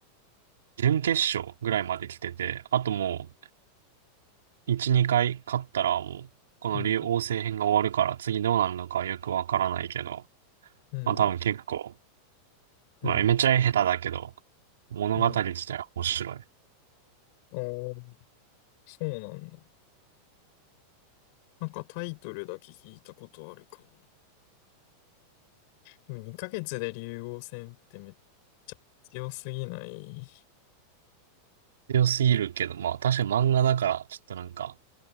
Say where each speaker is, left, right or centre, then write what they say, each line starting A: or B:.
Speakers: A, on the right; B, on the left.
A: 準決勝ぐらいまで来てて、あともう、1、2回勝ったらもう、この竜王星編が終わるから次どうなるのかはよくわからないけど、
B: うん、うん、
A: まあ多分結構、
B: うん、
A: まあめちゃ下手だけど、物語自体は面白い。
B: うん。おー、そうなんだ。なんかタイトルだけ聞いたことあるかも。でも2ヶ月で竜王戦ってめっちゃ強すぎない。
A: 強すぎるけど、まあ確かに漫画だからちょっとなんか